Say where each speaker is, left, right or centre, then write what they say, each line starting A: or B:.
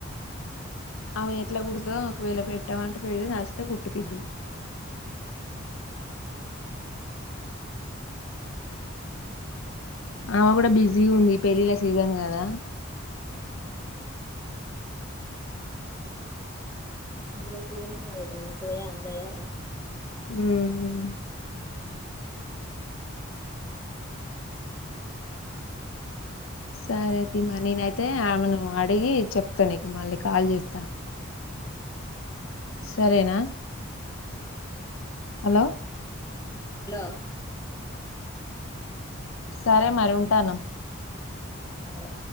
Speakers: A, on the left; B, on the left.
A: ఆమె ఎట్లా కుడుదో ఒకవేళ పెట్టా మంటే పెడితే నస్తతే గుట్టి పిద్దువ్.
B: అ
A: అమె కూడా బిజీ ఉంది పెళ్ళిళ్ళ సీజన్ గా. కదా.
B: పెళ్లిళ్ల సీజన్ కదా అందుతాయో అందయో.
A: ఊమ్. సరే తియ్ మా నేనైతే అమాను అడిగి చెప్తా నీకు మళ్ళీ కాల్ చేస్తా.
B: అ
A: సరేనా.
B: హ
A: హలో.
B: హలో.
A: సరే మరి ఉంటాన్న.
B: సరే.